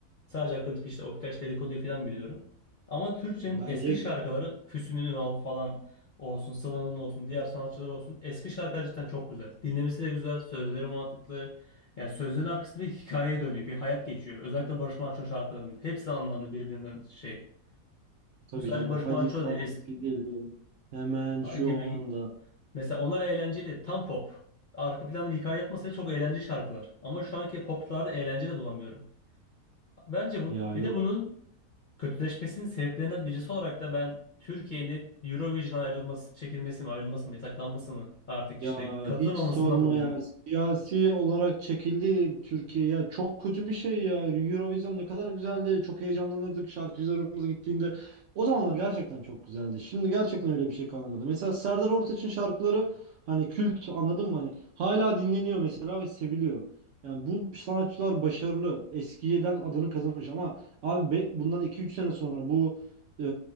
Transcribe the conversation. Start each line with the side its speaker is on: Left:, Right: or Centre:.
Left: Sadece hakkındaki işte o birkaç dedikoduyu falan biliyorum. Ama Türkçe'nin
Right: Bence
Left: eski şarkıları Füsun'un Ünal falan olsun, Sıla'nın olsun, diğer sanatçılar olsun. Eski şarkılar cidden çok güzel. Dinlemesi de güzel, sözleri mantıklı. Yani sözlerin arkasında bir hikayeye dönüyor. Bir hayat geçiyor. Özellikle Barış Manço'nun şarkılarının. Hepsi anlamlı birbirinden şey.
Right: tabii
Left: Bu sadece
Right: canım.
Left: Barış
Right: Hadi
Left: Manço
Right: kalk
Left: da değil. Eski
Right: gidelim. Hemen şu
Left: gibi.
Right: anda.
Left: Mesela onlar eğlenceli. Tam pop. Arka planda bir hikaye yatması ve çok eğlenceli şarkılar. Ama şu anki poplarda eğlence de bulamıyorum. Bence bu
Right: Ya
Left: bir
Right: yok
Left: de bunun kötüleşmesinin sebeplerinden birisi olarak da ben Türkiye'nin Eurovision ayrılması, çekilmesi mi, ayrılması mı, yasaklanması mı artık
Right: Ya
Left: işte katılmamasından
Right: hiç sorma
Left: buluyorum.
Right: ya. Siyasi olarak çekildi Türkiye ya. Çok kötü bir şey ya. Eurovision ne kadar güzeldi. Çok heyecanlanırdık şarkıcılarımız gittiğinde. O zamanlar gerçekten çok güzeldi. Şimdi gerçekten öyle bir şey kalmadı. Mesela Serdar Ortaç'ın şarkıları hani kült anladın mı? Hani hala dinleniyor mesela ve seviliyor. Yani bu sanatçılar başarılı. Eskiden adını kazanmış ama abi be- bundan iki üç sene sonra bu ee,